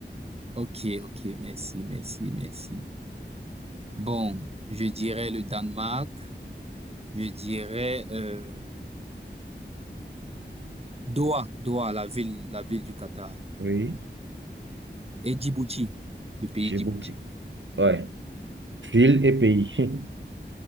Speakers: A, on the right (about 35°); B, on the right (about 85°).
A: OK, OK. Merci, merci, merci. Bon, je dirais le Danemark. Je dirais... euh, Doha, Doha, la ville, la ville du Qatar.
B: Oui,
A: Et Djibouti, le pays
B: Djibouti.
A: Djibouti.
B: Ouais. Ville et pays. <laughs>